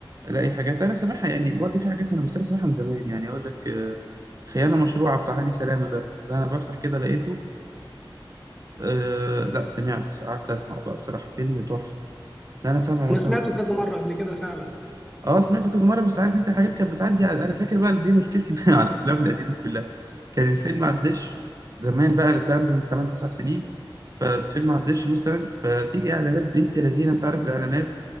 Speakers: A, on the right (about 40°); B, in the centre.
A: ألاقي حاجات أنا سامعها يعني برضه في حاجات أنا بس أنا سامعها من زمان يعني أقول لك آه خيانة مشروعة بتاع هاني سلامة ده ده أنا بفتح كده لقيته آه لا سمعت قعدت أسمع بقى بصراحة فيلم تحفة ده أنا سامعه مثلا
B: انا سمعته كذا مره قبل كده فعلا
A: اه سمعته كذا مره بس عارف انت حاجات كانت بتعدي على... انا فاكر بقى دي مشكلتي <laughs> بقى على الافلام القديمه كلها كان الفيلم ما عداش زمان بقى الكلام ده من 8 9 سنين فالفيلم ما عداش مثلا فتيجي اعلانات بنت لذينه انت عارف الاعلانات